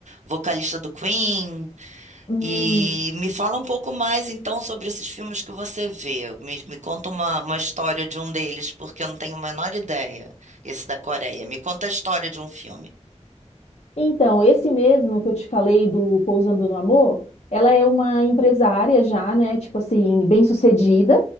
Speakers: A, on the right; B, on the left.
A: vocalista do Queen.
B: Hum.
A: E me fala um pouco mais, então, sobre esses filmes que você vê. Me, me conta uma, uma história de um deles, porque eu não tenho a menor ideia. Esse da Coreia. Me conta a história de um filme.
B: Então, esse mesmo que eu te falei do Pousando no Amor, ela é uma empresária já, né? Tipo assim, bem-sucedida,